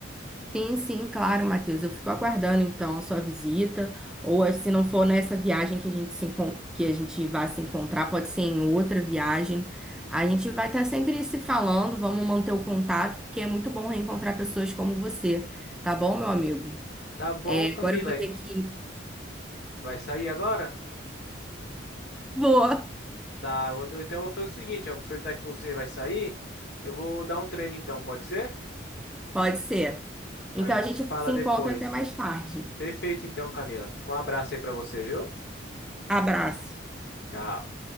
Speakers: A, in the centre; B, on the left (about 55°).
A: Sim, sim, claro, Matheus. Eu fico aguardando então a sua visita. Ou eh, se não for nessa viagem que a gente se encon- que a gente vai se encontrar, pode ser em outra viagem. A gente vai estar sempre se falando, vamos manter o contato, porque é muito bom reencontrar pessoas como você, tá bom, meu amigo?
B: Tá bom,
A: É, agora
B: Camila.
A: eu vou ter que ir.
B: Vai sair agora?
A: Vou,
B: Tá, eu vou- então eu vou fazer o seguinte, eu vou aproveitar que você vai sair, eu vou dar um treino então, pode ser?
A: pode ser.
B: Então
A: Então
B: a gente
A: a gente
B: se fala
A: se
B: depois.
A: encontra até mais tarde.
B: Perfeito então, Camila. Com um abraço aí pra você, viu?
A: Abraço.
B: Tchau.